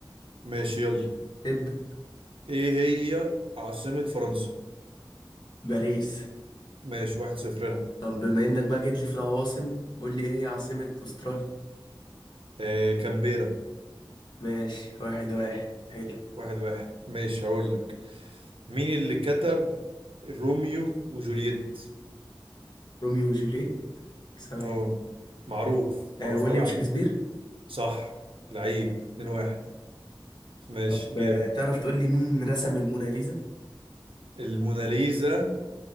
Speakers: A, on the right; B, on the left.
A: ماشي يلا
B: ابدأ
A: ايه هي عاصمة فرنسا
B: باريس
A: ماشي واحد صفر العب
B: طب بما انك بقى جيت لي في العواصم قول لي ايه هي عاصمة استراليا
A: آه كامبيرا
B: ماشي واحد واحد حلو
A: واحد واحد ماشي هقول لك مين اللي كتب روميو وجولييت
B: روميو وجوليت ثواني
A: اه معروف
B: آه
A: معروف
B: ويليام
A: قوي على
B: شكسبير
A: فكرة صح لعيب اتنين واحد ماشي
B: طب
A: جامد
B: آه، تعرف تقول لي مين رسم الموناليزا
A: الموناليزا